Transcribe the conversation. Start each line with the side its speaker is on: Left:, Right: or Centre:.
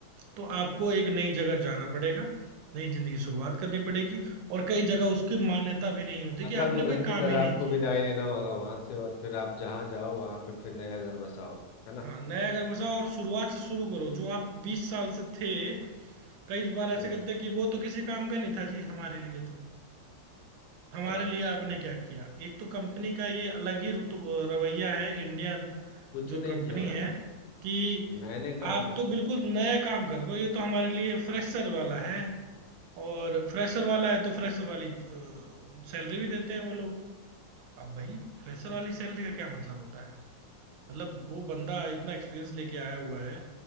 Right: तो आपको एक नई जगह जाना पड़ेगा नई जिंदगी की शुरुआत करनी पड़ेगी और कई जगह उसकी मान्यता भी नहीं होती
Left: मतलब
Right: कि आपने
Left: दुल्हन
Right: कोई
Left: की
Right: काम
Left: तरह
Right: ही नहीं
Left: आपको
Right: किया
Left: विदाई लेना होगा वहां से और फिर आप जहाँ जाओ वहां पे फिर नया घर बसाओ है ना
Right: हाँ नया घर बसाओ और शुरुआत से शुरू करो जो आप बीस साल से थे कई बार ऐसे
Left: हम्म
Right: करते हैं कि वो तो किसी काम का नहीं था जी हमारे लिए तो हमारे
Left: अच्छा
Right: लिए आपने क्या किया एक तो कंपनी का ये अलग ही रुत- रवैया है इंडियन
Left: कुछ
Right: जो
Left: नहीं
Right: कंपनी
Left: किया भाई
Right: है कि
Left: मैंने कहाँ
Right: आप
Left: कुछ
Right: तो बिल्कुल
Left: किया
Right: नया काम कर रहे हो ये तो हमारे लिए फ्रेशर वाला है और फ्रेशर वाला है तो फ्रेशर वाली सैलरी भी देते हैं वो लोग अब भाई फ्रेशर
Left: ठीक है
Right: वाली सैलरी का क्या मतलब होता है मतलब वो बंदा इतना एक्सपीरियंस लेके आया हुआ है